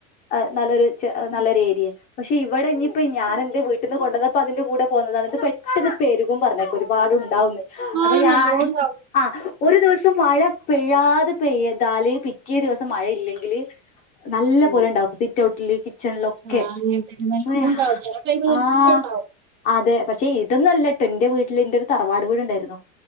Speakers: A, on the left; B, on the right.
A: ആഹ് ന്നാലൊര് ച്ച് നല്ലൊരു ഏരിയ പക്ഷെ ഇവിടെ ഇനിയിപ്പോ ഞാൻ എന്റെ വീട്ടിന്ന് കൊണ്ടന്നപ്പോ അതിന്റെ കൂടെ പോുന്നതാ ഇത് പെ ട്ടെന്ന് പെരുകും പറഞ്ഞേക്ക ഒരുപാടുണ്ടാവുന്ന് അപ്പൊ
B: ആഹ്
A: ഞാൻ
B: നല്ലോം ഇണ്ടാവും
A: ആഹ് ഒരു ദിവസം മഴ പെയ്യാതെ പെയ്താല് പിറ്റേ ദിവസം മഴ ഇല്ലെങ്കില് നല്ല
B: ഉം
A: പോലെ ണ്ടാവും സിറ്റ് ഔട്ടില്. കിച്ചണിലൊക്കെ
B: ആഹ് അങ്ങനെ തന്നെ നല്ലോം
A: അതേയോ
B: ഇണ്ടാവും ചെല ടൈമില്
A: ആഹ്.
B: നല്ലോം ഇണ്ടാവും
A: അതെ പക്ഷെ ഇതൊന്നുല്ലട്ടോ ന്റെ വീട്ടില് ഇന്റെ ഒരു തറവാട് വീട് ഉണ്ടായിരുന്നു